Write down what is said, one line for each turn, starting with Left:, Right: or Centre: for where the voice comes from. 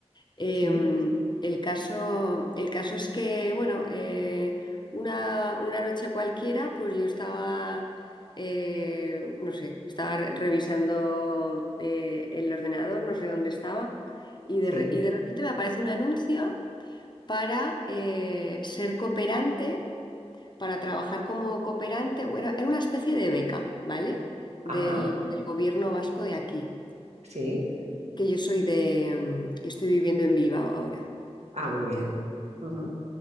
Left: Em,
Right: Sí,
Left: el caso, el caso es que, bueno, eh, una, una noche cualquiera, pues yo estaba, eh, no sé, estaba re- revisando eh, el ordenador, no sé dónde estaba, y de,
Right: sí.
Left: re- y de repente me aparece un anuncio para eh, ser cooperante, para trabajar como cooperante, bueno, era una especie de beca, ¿vale? Del,
Right: Ajá,
Left: del gobierno vasco de aquí,
Right: sí.
Left: que yo soy de, mm, y estoy viviendo en Bilbao ahora.
Right: Ah, muy bien. Ujú,